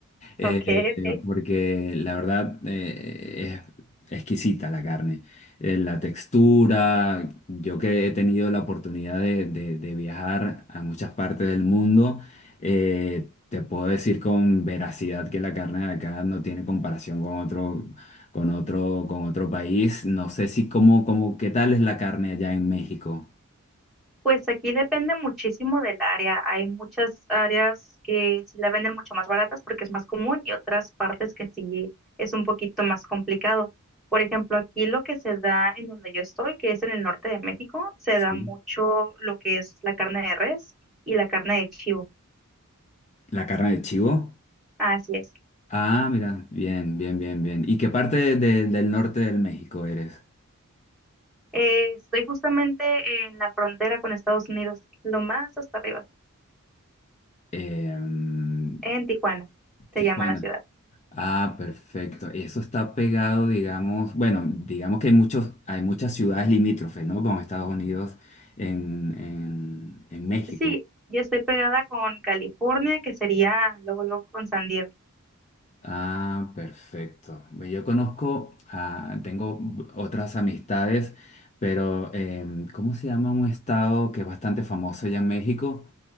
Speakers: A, on the left (about 30°); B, in the centre.
A: Eh,
B: Ok,
A: eh,
B: ok.
A: porque la verdad eh, es exquisita la carne. Eh, la textura, yo que he tenido la oportunidad de, de- de viajar a muchas partes del mundo, eh, te puedo decir con veracidad que la carne de acá no tiene comparación con otro, con otro, con otro país. No sé si cómo, cómo, qué tal es la carne allá en México.
B: Pues aquí depende muchísimo del área. Hay muchas áreas que sí la venden mucho más baratas porque es más común y otras partes que sí es un poquito más complicado. Por ejemplo, aquí lo que se da en donde yo estoy, que es en el norte de México, se
A: Sí.
B: da mucho lo que es la carne de res y la carne de chivo.
A: La carne de chivo.
B: Así es.
A: Ah, mira, bien, bien, bien, bien. ¿Y qué parte de- de- del norte del México eres?
B: Eh, estoy justamente en la frontera con Estados Unidos, lo más hasta arriba,
A: Eh, mm,
B: en Tijuana, se
A: Tijuana.
B: llama la ciudad.
A: Ah, perfecto. Eso está pegado, digamos, bueno, digamos que hay muchos, hay muchas ciudades limítrofes, ¿no? Con Estados Unidos en, en, en México.
B: Sí, yo estoy pegada con California, que sería luego, luego con San Diego.
A: Ah, perfecto. Ve, Yo conozco, ah, tengo b- otras amistades, pero em, ¿cómo se llama un estado que es bastante famoso allá en México?